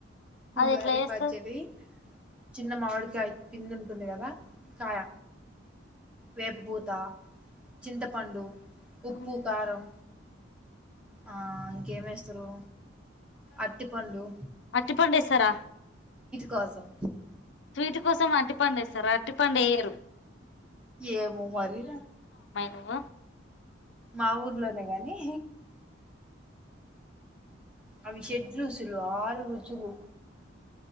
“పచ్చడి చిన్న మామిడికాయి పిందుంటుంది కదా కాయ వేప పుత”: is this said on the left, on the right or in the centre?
Centre